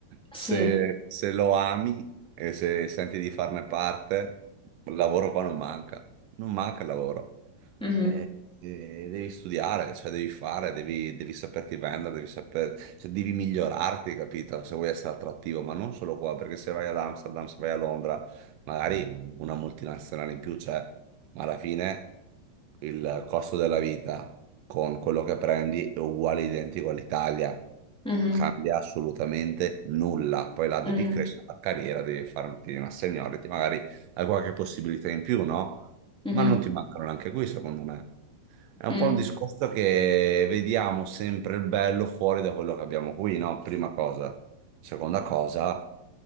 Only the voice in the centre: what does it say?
sì,
mhm,
mhm,
mm,
mhm,
mm,